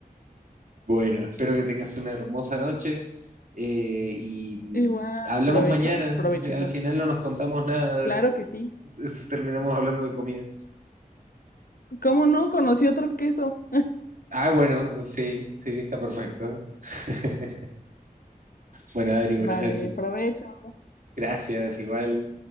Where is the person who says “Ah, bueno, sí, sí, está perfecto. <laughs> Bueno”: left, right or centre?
Right